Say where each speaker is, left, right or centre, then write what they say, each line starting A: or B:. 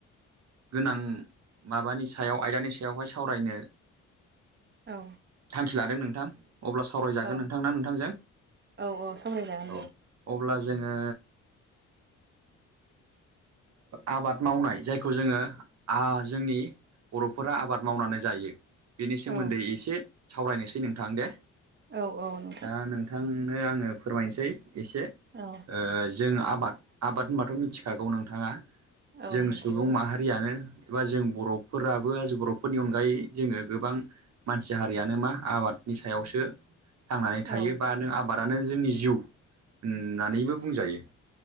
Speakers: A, on the right; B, on the right.
A: गोनां माबानि सायाव आयदानि सायावहाय सावरायनो
B: औ
A: थांखि लादों नोंथां अब्ला सावरायजागोन
B: औ
A: नोंथां ना नोंथांजों
B: औ औ सावरायजागोन
A: औ
B: दे
A: अब्ला जोङो आबाद मावनाय जायखौ जोङो आ जोंनि बर'फोरा आबाद मावनानै जायो बेनि सोमोन्दै
B: औ
A: एसे सावरायनोसै नोंथां दे
B: औ औ नोंथां
A: दा नोंथांनो आङो फोरमायनोसै एसे ओ
B: औ
A: जों आबाद आबाद होनबाथ' मिथिखागौ नोंथाङा
B: औ
A: जों
B: मिथिगौ
A: सुबुं माहा रियानो एबा जों बर'फोराबो आज' बर'फोरनि अनगायै जोङो गोबां मानसि हारियानो मा आबादनि सायावसो थांनानै थायो
B: औ
A: बा नों आबादानो जोंनि जिउ होननानैबो बुंजायो।